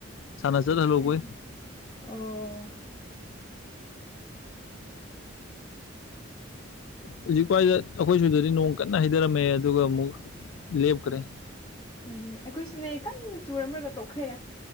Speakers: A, on the left; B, on the left.
A: ꯁꯥꯟꯅ ꯆꯠ ꯍꯜꯂꯨꯕꯩ
B: ꯐꯩ ꯐꯩ ꯑꯣ
A: ꯍꯧꯖꯤꯛꯋꯥꯏꯗ ꯑꯩꯈꯣꯏꯁꯨꯗꯗꯤ ꯅꯣꯡ ꯀꯟꯅ ꯍꯩꯊꯔꯝꯃꯦ ꯑꯗꯨꯒ ꯑꯃꯨꯛ ꯂꯦꯞꯈꯔꯦ
B: ꯑꯦꯍꯦ ꯑꯩꯈꯣꯏꯁꯨꯅꯦ ꯀꯟꯅ ꯆꯨꯔꯝꯂꯒ ꯇꯣꯛꯈ꯭ꯔꯦ